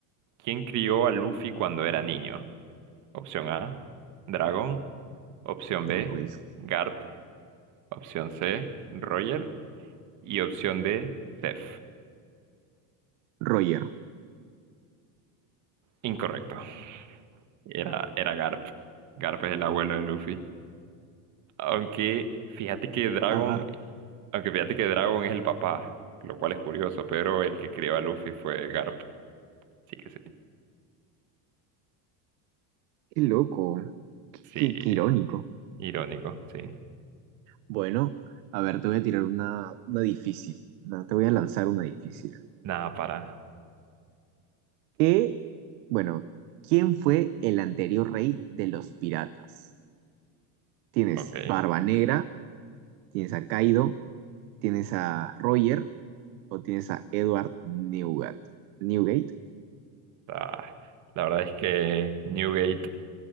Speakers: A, on the right; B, on the right.
A: ¿quién crió a Luffy cuando era niño? Opción A, Dragon. Opción B,
B: No, pues,
A: Garp. Opción C, Roger. Y opción D, Zeph.
B: Roger.
A: Incorrecto. Era, era Garp. Garp es el abuelo de Luffy. Aunque fíjate que Dragon,
B: Ah,
A: aunque fíjate que Dragon es el papá, lo cual es curioso, pero el que crió a Luffy fue Garp. Sí que sí.
B: Qué loco, qué,
A: Sí,
B: qué- qué irónico.
A: irónico, sí.
B: Bueno, a ver, te voy a tirar una, una difícil. ¿no? Te voy a lanzar una difícil.
A: Nada, para.
B: ¿Qué? Bueno, ¿quién fue el anterior rey de los piratas? ¿Tienes
A: Ok.
B: Barba Negra? ¿Tienes a Kaido? ¿Tienes a Roger? ¿O tienes a Edward Newgate? ¿Newgate?
A: Ah, La verdad es que Newgate